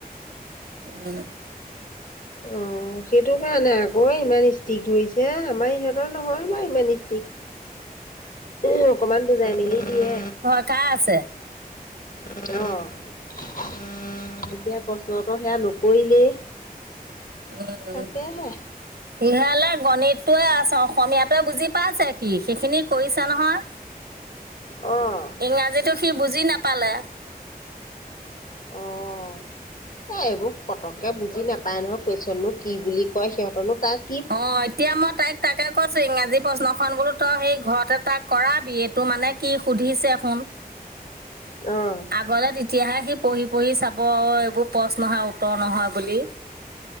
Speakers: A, on the right; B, on the left.
A: <inaudible>
B: অ, সেইটো কাৰণে আকৌ, ইমান ষ্ট্ৰিক ধৰিছে, আমাৰ ইহঁতৰ নহয় বাৰু ইমান ষ্ট্ৰিক। উম, অকমান বুজাই মেলি দিয়ে।
A: কাৰ আছে?
B: অহ। এতিয়া প্ৰশ্নটো সেয়া নকৰিলেই।
A: <unintelligible>
B: তাকেহে
A: সিহলে গণিতটোৱে আছ অসমীয়াটোৱে বুজি পাইছে সি, সেইখিনি কৰিছে নহয়।
B: <inaudible> অ',
A: ইংৰাজীতো সি বুজি নাপালে।
B: <inaudible> এ, এইবোৰ পতককে বুজি নাপাই নহয়, কুৱেশনো কি বুলি কয়, সিহঁতৰ নো তাক
A: অ, এতিয়া মই তাইক তাকে কৈছো ইংৰাজী প্ৰশ্ন খন বোলো তই সেই ঘৰতে তাক কৰাবি, এইটো মানে কি সুধিছে শুন
B: অঁ।
A: আগলৈ তেতিয়াহে সি পঢ়ি-পঢ়ি চাব, অ এইবোৰ প্ৰশ্নহে উত্তৰ নহয় বুলি।